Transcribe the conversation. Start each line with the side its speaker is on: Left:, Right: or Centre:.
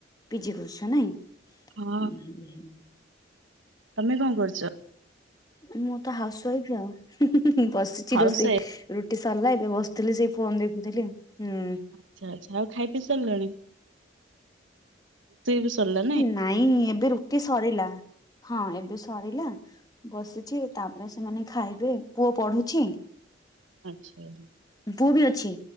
Left: ପି ଜି କରୁଛ ନାଇଁ।
Right: ହଁ।
Left: <inaudible>
Right: ତମେ କଣ କରୁଛ?
Left: ମୁଁ ତ ହାଉସ ୱାଇଫ୍ ଆଉ ହୁଁ ହୁଁ ହୁଁ ବସିଛି
Right: ହାଉସ
Left: ରୋଷେଇ
Right: ୱାଇଫ
Left: ରୁଟି ସରିଲା ଏବେ ବସିଥିଲି ସେଇ ଫୋନ ଦେଖୁଥିଲି ହୁଁ।
Right: ଆଚ୍ଛା ଆଚ୍ଛା ଆଉ ଖାଇ ପି ସାରିଲଣି? ବି ସରିଲା
Left: ନାଇଁ ଏବେ ରୁଟି ସରିଲା ହଁ ଏବେ ସ ସରିଲା ବସିଛି ତାପରେ ସେମାନେ ଖାଇବେ ପୁଅ ପଢ଼ୁଛି।
Right: ଆଚ୍ଛା।
Left: ପୁଅ ବି ଅଛି